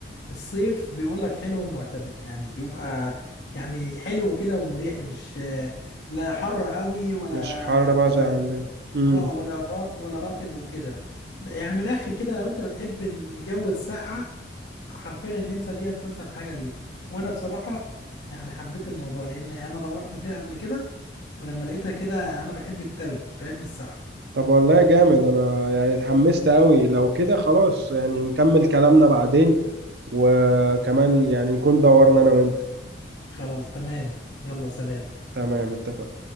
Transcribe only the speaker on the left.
الصيف بيقولك حلو ومعتدل يعني بيبقى يعني حلو كده ومريح مش لا حر قوي ولا
ولا
اه ولا رات ولا راتب وكده يعني من الاخر كده لو انت بتحب الجو الساقعة حرفيا النمسا ديت انسب حاجه ليك وانا بصراحه يعني حبيت الموضوع لان انا دورت فيها قبل كده ولما لقيتها كده انا بحب التلج بحب السقعه
خلاص تمام يلا سلام